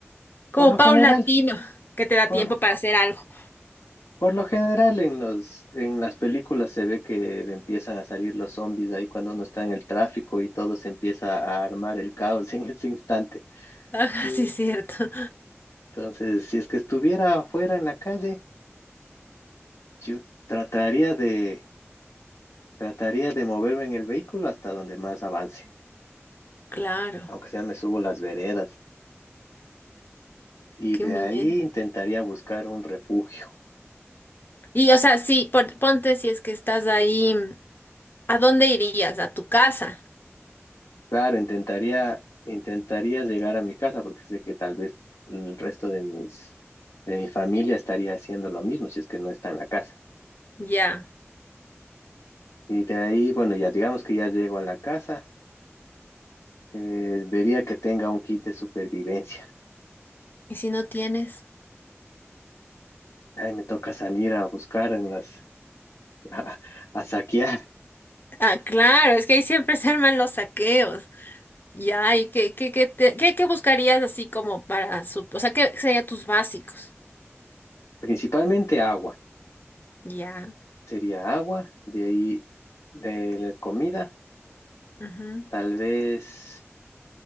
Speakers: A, on the left; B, on the left.
A: como
B: por lo
A: paulatino,
B: general,
A: que te da
B: por,
A: tiempo para hacer algo? <laughs>
B: por lo general en los, en las películas se ve que empiezan a salir los zombies ahí cuando uno está en el tráfico y todo se empieza a armar el caos <laughs> en ese instante.
A: Ah,
B: Eh,
A: sí, cierto.
B: Entonces, si es que estuviera afuera en la calle, yo trataría de Trataría de moverme en el vehículo hasta donde más avance,
A: Claro,
B: aunque sea me subo las veredas, y
A: qué
B: de
A: miedo.
B: ahí intentaría buscar un refugio.
A: Y o sea, sí, pon- ponte si es que estás ahí, ¿a dónde irías? ¿A tu casa?
B: Claro, intentaría, intentaría llegar a mi casa porque sé que tal vez el resto de mis, de mi familia estaría haciendo lo mismo si es que no está en la casa.
A: Ya.
B: Y de ahí, bueno, ya digamos que ya llego a la casa, eh, vería que tenga un kit de supervivencia.
A: ¿Y si no tienes?
B: Ahí me toca salir a buscar en las, <laughs> a a saquear,
A: Ah, claro, es que ahí siempre se arman los saqueos. Ya, ¿y qué, qué, qué, te- qué, qué buscarías así como para su... O sea, ¿qué serían tus básicos?
B: principalmente agua.
A: Ya,
B: sería agua, de ahí de la comida,
A: ujú,
B: tal vez,